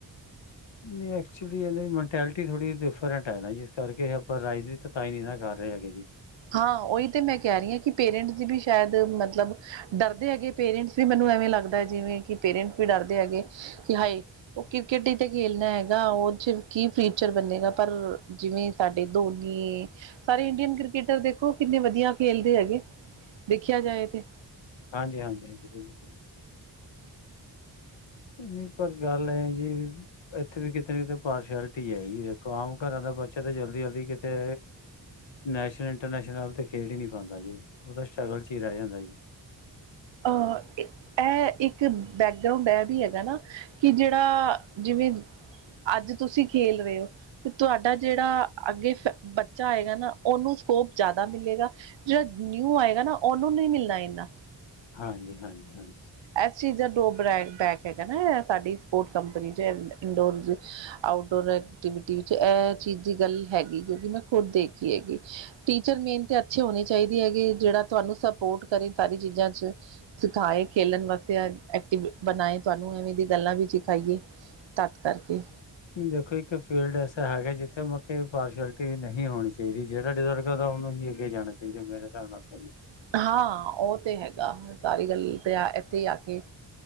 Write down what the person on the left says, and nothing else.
ਨਹੀਂ, ਐਕਚੁਲੀ ਇਹਨਾਂ ਦੀ ਮੈਂਟੈਲਿਟੀ ਥੋੜੀ ਡਿਫਰੈਂਟ ਹੈ ਨਾ ਜਿਸ ਕਰਕੇ ਇਹ ਆਪ ਰਾਈਜ਼ ਵੀ ਤਾਂ ਈ ਨੀ ਨਾ ਕਰ ਰਹੇ ਹੈਗੇ ਜੀ।
ਹਾਂਜੀ-ਹਾਂਜੀ ਬਿਲਕੁਲ। ਨਹੀਂ ਪਰ ਗੱਲ ਐ ਜੀ। ਇੱਥੇ ਵੀ ਕਿਤੇ ਨਾ ਕਿਤੇ ਪਾਰਸ਼ਲਿਟੀ ਹੈ ਜੀ ਦੇਖੋ ਆਮ ਘਰਾਂ ਦਾ ਬੱਚਾ ਤਾਂ ਜਲਦੀ-ਜਲਦੀ ਕਿਤੇ ਨੈਸ਼ਨ ਇੰਟਰਨੈਸ਼ਨ ਲੈਵਲ ਤੇ ਖੇਡ ਹੀ ਨਹੀਂ ਪਾਉਂਦਾ ਜੀ, ਉਹਦਾ ਸਟਟਰਗਲ ਚ ਹੀ ਰਹਿ ਜਾਂਦਾ ਜੀ। <inaudible>
ਹਾਂਜੀ-ਹਾਂਜੀ
ਦੇਖੋ ਇੱਕ ਫੀਲਡ ਐਸਾ ਹੈਗਾ ਜਿੱਥੇ ਮਤਲਬ ਪਾਰਸ਼ਲਿਟੀ ਨਹੀਂ ਹੋਣੀ ਚਾਹੀਦੀ ਜਿਹੜਾ ਡਿਜ਼ਰਵ ਕਰਦਾ ਉਹਨੂੰ ਹੀ ਅੱਗੇ ਜਾਣਾ ਚਾਹੀਦਾ ਮੇਰੇ ਹਿਸਾਬ ਨਾਲ ਤਾਂ ਜੀ।